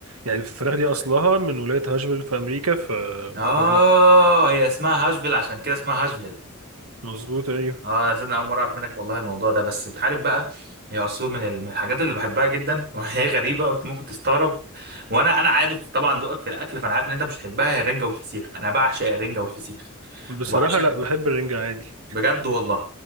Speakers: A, on the right (about 85°); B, on the right (about 50°).
A: يعني الفراخ دي أصلها من ولاية هاشفيل في أمريكا ف
B: اه
A: لا
B: هي اسمها هاشفيل عشان كده اسمها هاشفيل
A: مظبوط أيوه
B: اه انا صدق اول مره اعرف منك والله الموضوع ده بس انت عارف بقى هي عصفور من ال- من الحاجات اللي بحبها جدا <laughs> وهي غريبه وانت ممكن تستغرب وانا انا عارف طبعا ذوقك في الاكل فانا عارف ان انت مش هتحبها هي الرنجه والفسيخ انا بعشق الرنجه والفسيخ
A: بصراحة
B: وبعشقهم
A: لا بحب الرنجة عادي
B: بجد والله